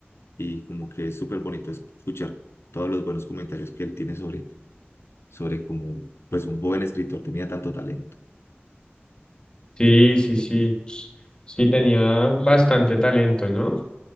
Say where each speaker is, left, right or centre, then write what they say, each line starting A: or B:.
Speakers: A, on the left; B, on the left.
A: y como que es súper bonito escuchar todos los buenos comentarios que él tiene sobre sobre cómo pues un joven escritor tenía tanto talento.
B: Sí, sí, sí. Sí, tenía bastante talento, ¿no?